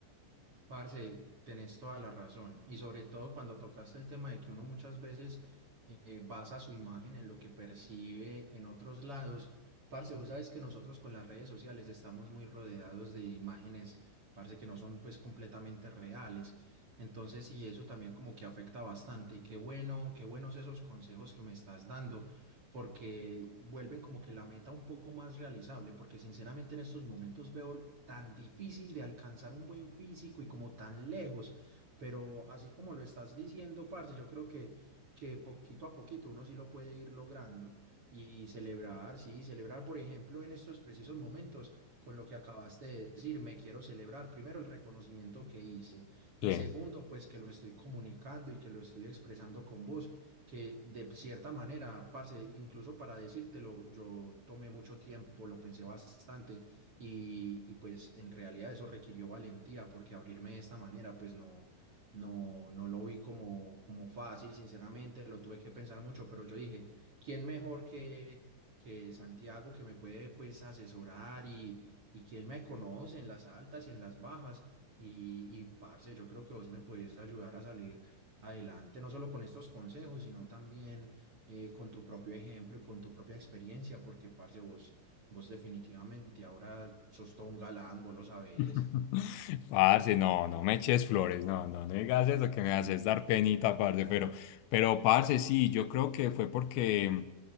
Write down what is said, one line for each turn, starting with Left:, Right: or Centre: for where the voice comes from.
Right: Parce, tenés toda la razón. Y sobre todo cuando tocaste el tema de que uno muchas veces eh, basa su imagen en lo que percibe en otros lados. Parce, vos sabes que nosotros con las redes sociales estamos muy rodeados de imágenes, parce, que no son pues completamente reales. Entonces, y eso también como que afecta bastante. Y qué bueno, qué buenos esos consejos que me estás dando porque vuelven como que la meta un poco más realizable, porque sinceramente en estos momentos veo tan difícil de alcanzar un buen físico y como tan lejos, pero así como lo estás diciendo, parce, yo creo que, que poquito a poquito uno sí lo puede ir logrando y celebrar, sí, celebrar, por ejemplo, en estos precisos momentos, con lo que acabaste de decir, me quiero celebrar primero el reconocimiento que hice y
Left: Sí.
Right: segundo, pues que lo estoy comunicando y que lo estoy expresando con vos que de cierta manera, parce, incluso para decírtelo, yo tomé mucho tiempo, lo pensé bastante y, y pues en realidad eso requirió valentía porque abrirme de esta manera pues no, no, no lo vi como, como fácil, sinceramente, lo tuve que pensar mucho, pero yo dije, ¿quién mejor que, que Santiago que me puede pues asesorar y, y que él me conoce en las altas y en las bajas? Y, y parce, yo creo que vos me puedes ayudar a salir adelante, no solo con estos consejos, sino también eh, con tu propio ejemplo y con tu propia experiencia, porque, parce, vos, vos definitivamente ahora sos todo un galán, vos lo sabés.
Left: <laughs> Parce, no, no me eches flores, no, no, no digas eso que me haces dar penita, parce, pero, pero, parce, sí, yo creo que fue porque,